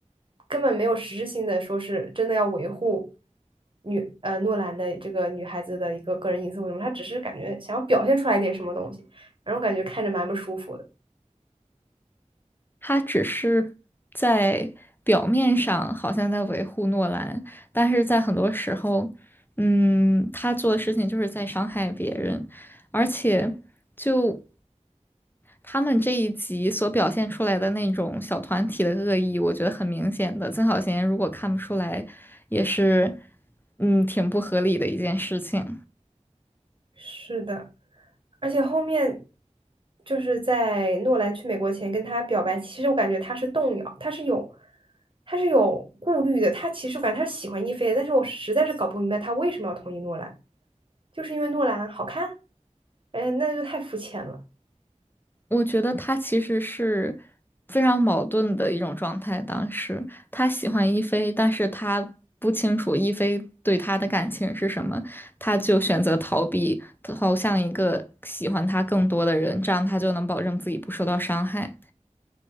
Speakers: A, on the right; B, on the left.
A: 根本没有实质性的说是真的要维护女呃诺兰的这个女孩子的一个个人隐私为什么，他只是感觉想要表现出来一点什么东西，反正我感觉看着蛮不舒服的。
B: 他只是在表面上好像在维护诺兰，但是在很多时候，嗯，他做的事情就是在伤害别人，而且就。他们这一集所表现出来的那种小团体的恶意，我觉得很明显的。曾小贤如果看不出来，也是，嗯，挺不合理的一件事情。
A: 是的，而且后面就是在诺兰去美国前跟他表白，其实我感觉他是动摇，他是有他是有顾虑的，他其实我感觉他是喜欢亦菲的，但是我实在是搞不明白他为什么要同意诺兰，就是因为诺兰好看？哎呀那就太肤浅了。
B: 我觉得他其实是非常矛盾的一种状态。当时他喜欢一菲，但是他不清楚一菲对他的感情是什么，他就选择逃避，投向一个喜欢他更多的人，这样他就能保证自己不受到伤害。